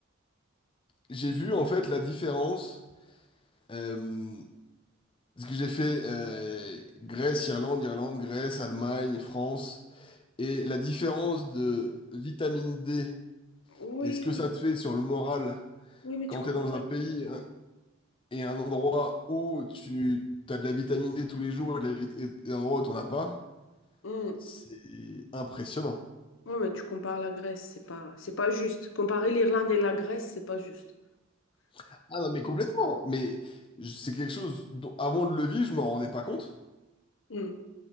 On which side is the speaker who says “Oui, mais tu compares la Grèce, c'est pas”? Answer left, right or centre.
Left